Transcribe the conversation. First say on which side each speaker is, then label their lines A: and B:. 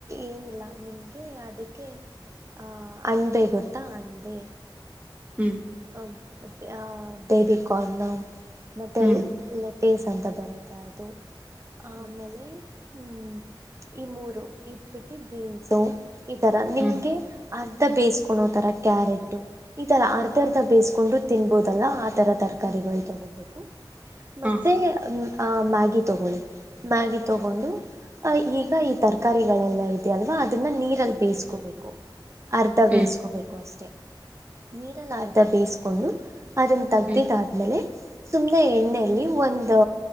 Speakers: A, on the right; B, on the right.
A: ಏನಿಲ್ಲ ನಿಮ್ಗೆ ಅದಕ್ಕೆ ಆಹ ಅಣಂಬೆ ಗೊತ್ತಾ ಅಣ್ಬೆ
B: ಹ್ಮ್
A: ಅ ಬೇಬಿ ಕಾರ್ನ ಮತ್ತೆ
B: ಹ್ಮ್
A: ಅಲ್ ಲೆ ಟೇಸ್ ಅಂತ ಬರುತ್ತೆ ಆದ್ ತೊ ಆಮೇಲೆ
B: ಹ್ಮ್
A: ಹ್ಮ್ ಈ ಮೂರು ಇಪ್ಪಟ್ಟಿ ಬೀನ್ಸು ಈ ತರ ನಿಮ್ಗೆ
B: ಹ್ಮ್
A: ಆದ್ ಮತ್ತೆ ಬೇಯಿಸ್ಕೊಂಡೋತರ ಕ್ಯಾರೆಟು ಈ ತರ ಅರ್ಧ ಅರ್ಧ ಬೇಯ್ಕೊಂಡು ತಿನ್ಬೋದಲ್ಲಾ ಅ ತರ ತರಕಾರಿಗಳು
B: ಹ್ಮ್
A: ತಗೊಬೇಕು ಮತ್ತೆ
B: ಹ್ಮ್
A: ಹ ಹ ಮ್ಯಾಗ್ ಗಿ ತಗೊಳ್ಳಿ ಮ್ಯಾಗಿ ತಗೊಂಡು ಈಗ ಈ ತರಕಾರಿಗಳೆಲ್ಲ ಇದೆಯಾಲ್ವಾ ಅದನ್ನ ನೀರಲ್ಲಿ ಬೇಯಿಸ್ಕೋಬೇಕು ಅರ್ಧ
B: ಹ್ಮ್
A: ಬೇಯಿಸ್ಕೋಬೇಕು ಅಷ್ಟೆ ನೀರಲ್ಲರ್ಧ ಬೇಯಿಸ್ಕೊಂಡು ಅದನ್ನ ತಗ್ದಿದ್ದ
B: ಹ್ಮ್
A: ಆದ್ಮೇಲೆ ಸುಮ್ನೆ ಎಣ್ಣೆಯಲ್ಲಿ ಒಂದು